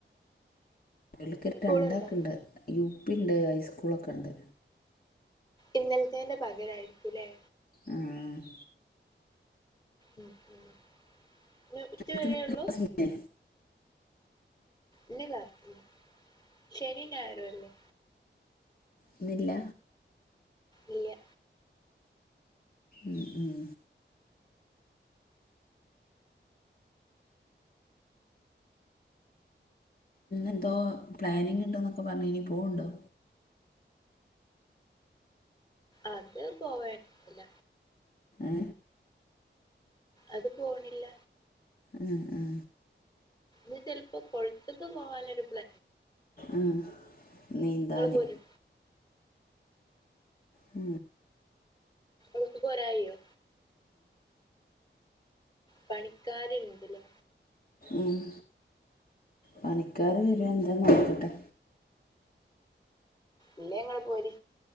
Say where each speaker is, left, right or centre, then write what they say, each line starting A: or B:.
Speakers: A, on the left; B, on the left.
A: എളിക്ക
B: സ്കൂളുണ്ടോ
A: രണ്ടാക്ക ഉണ്ട് യുപിയുണ്ട് ഹൈസ്കൂളൊക്കെ ഉണ്ട്
B: ഇന്നലത്തെന്റെ പകരായിരിക്കൂല്ലേ
A: ആഹ്
B: ഇന്ന് ഉച്ചവരെയുള്ളു
A: ഇവർക്ക് ഇന്ന് ഇല്ലേ?
B: ഇല്ല <unintelligible> ത്തി ശനീയും ഞായറും അല്ലേ
A: ഇന്ന് ഇല്ല
B: ഇല്ല
A: മം ഉം എന്തോ പ്ലാനിങ് ഉണ്ടന്നൊക്കെ പറഞ്ഞു ഇനി പോവണ്ടോ
B: അത് പോവണ്ടില്ല
A: ഏ
B: അത് പോണില്ല
A: ഉഹ ഉ
B: ഇ ചിലപ്പോ കൊഴത്തക്ക പോകാനരു പ്ല
A: ആ നീന്താനേ
B: പോര്
A: ഉ
B: നുക്ക് പോരായിോ പണിക്കാലുണ്ടല്ല
A: ഉം പണിക്കാാര് വരു എന്താ നോക്കട്ടെ
B: ഇല്ല ങ്ങെ പോര്